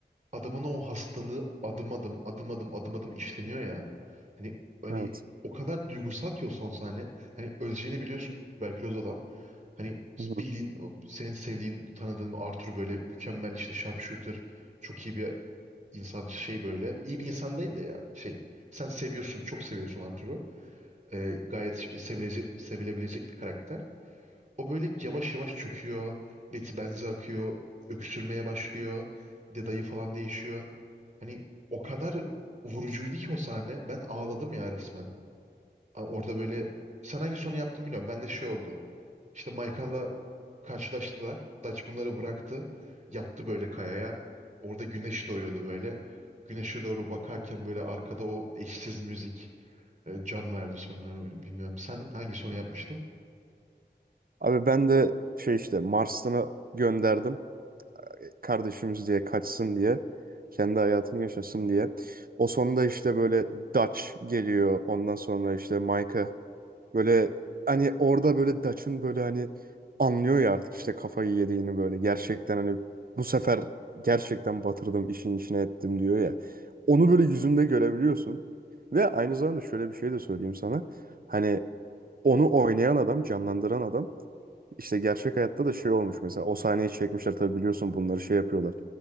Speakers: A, on the right; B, on the right.
A: adamın o hastalığı adım adım adım adım adım adım işleniyor ya. Hani hani
B: Evet.
A: o kadar duygusal ki o son sahne. Hani öleceğini biliyorsun tüberküloz adam. Hani
B: Hı hı.
A: bildiğin o senin sevdiğin tanıdığın Arthur böyle mükemmel işte sharpshooter çok iyi bir insan şey böyle. İyi bir insan değil de ya şey. Sen seviyorsun, çok seviyorsun Arthur'u. Ee, gayet sevilecek, sevilebilecek bir karakter. O böyle yavaş yavaş çöküyor. Beti benzi akıyor. Öksürmeye başlıyor. Dedayı falan değişiyor. Hani o kadar vurucuydu ki o sahne. Ben ağladım ya resmen. A- Orada böyle sen hangi sonu yaptın bilmiyorum. Ben de şey oldu. İşte Michael'la karşılaştılar. Dutch bunları bıraktı. Yattı böyle kayaya. Orada güneş doğuyordu böyle. Güneşe doğru bakarken böyle arkada o eşsiz müzik e, can verdi sonra bilmiyorum. Sen hangi sonu yapmıştın?
B: Abi ben de şey işte Mars'ını gönderdim. kardeşimiz diye kaçsın diye kendi hayatını yaşasın diye. O sonunda işte böyle Dutch geliyor. Ondan sonra işte Micah böyle hani orada böyle Dutch'ın böyle hani anlıyor ya artık işte kafayı yediğini böyle gerçekten hani bu sefer gerçekten batırdım işin içine ettim diyor ya. Onu böyle yüzünde görebiliyorsun. Ve aynı zamanda şöyle bir şey de söyleyeyim sana. Hani onu oynayan adam, canlandıran adam işte gerçek hayatta da şey olmuş mesela o sahneyi çekmişler tabii biliyorsun bunları şey yapıyorlar.